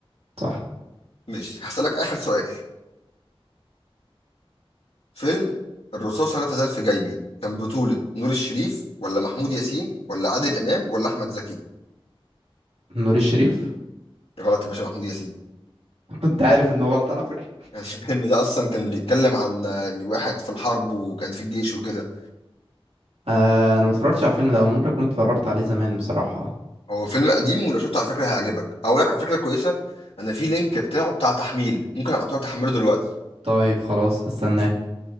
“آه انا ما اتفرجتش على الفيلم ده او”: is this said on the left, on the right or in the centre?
Right